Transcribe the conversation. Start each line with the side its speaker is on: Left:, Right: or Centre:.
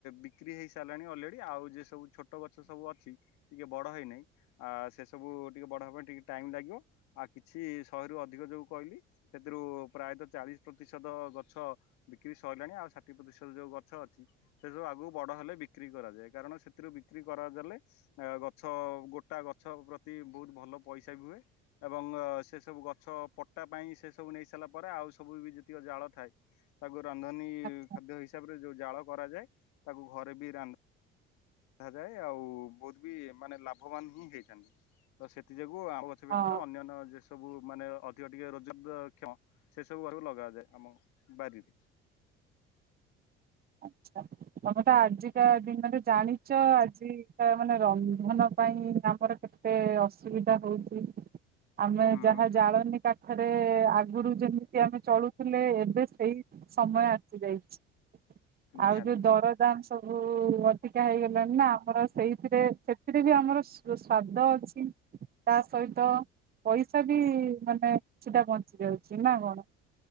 Left: ବିକ୍ରି ହେଇ ସାରିଲାଣି ଅଲେ ରେଡି ଆଉ ଯିଏ ସବୁ ଛୋଟ ଗଛ ସବୁ ଅଛି, ଟିକେ ବଡ ହେଇନାହିଁ ଆ ସେ ସବୁ ଟିକେ ବଡ ହେବା ପାଇଁ ଟିକେ ଟାଇମ୍ ଲାଗିବ ଆଉ କିଛି ଶହେରୁ ଅଧିକ ଯଉ କହିଲି ସେଥିରୁ ପ୍ରାୟତଃ ଚାଳିଶ ପ୍ରତିଶ ଶତ ଗଛ ବିକ୍ରି ସରିଲାଣି ଆଉ ଷାଠି ପ୍ରତିଶତ ଯୋଉ ଗଛ ଅଛି ସେ ସବୁ ଆଗକୁ ବଡ ହେଲେ ବିକ୍ରି କରାଯାଏ କାରଣ ସେଥିରୁ ବିକ୍ରି କରାଯାଲେ ଆ ଗଛ ଗୋଟା ଗଛ ପ୍ରତି ବହୁତ ଭଲ ପ ପଇସା ବି ହୁଏ ଏବଂ ସେ ସବୁ ଗଛ ପଟା ପାଇଁ ସେ ସବୁ ନେଇ ସାରିଲା ପରେ ଆଉ ସବୁ ବି ଯେ ଯେତିକ ଜାଳ ଥାଏ ତାକୁ ରନ୍ଧନୀ
Right: ଅଛି
Left: ଖାଦ୍ୟ ହିସାବରେ ଯୋଉ ଜାଳ କରାଯାଏ, ତାକୁ ଘରେ ବି ରାନ୍ଧ ଯାଏ ଆଉ ବହୁତ ବି ମାନେ ଲାଭବାନ ହିଁ ହେଇଥାନ୍ତି, ତ ସେଥି ଯୋଗୁଁ କୁ ଆଉ ଗଛ ବ୍ୟତୀତ
Right: ହଁ
Left: ଅନ୍ୟାନ୍ୟ ଯେ ସବୁ ମାନେ ଅଧିକ ଟିକେ ରୋଜଗାର କ୍ଷମ ସେ ସବୁ <unintelligible> ବି ଲଗା ଯାଏ ଆମ ବାରିରେ।
Right: ଆଚ୍ଛା। ତମେ ତ ଆଜିକା ଦିନରେ ଜାଣିଚ ଆଜିକା ମାନେ ରନ୍ଧନ ପାଇଁ ଆମର କେ କେତେ ଅସୁବିଧା ହଉଚି, ଆମେ
Left: ହୁଁ
Right: ଯାହା ଜାଳନୀ କା ଥରେ ଆଗୁରୁ ଯେମିତି ଆମେ ଚଳୁଥିଲେ ଏବେ ସେଇ ସମୟ ଆସି ଯାଇଚି। ଆଉ
Left: ନିହାତି
Right: ଯୋଉ ଦରଦାମ ସବୁ ଅଧିକା ହେଇଗଲାଣି ନା ଆମର ସେଇଥିରେ ସେଥିରେ ବି ଆମର ସ ରୋଷ ସ୍ୱାଦ ଅଛି। ତା ସହିତ ପଇସା ବି ମାନେ କିଛିଟା ବଞ୍ଚି ଯାଉଚି ନା କଣ?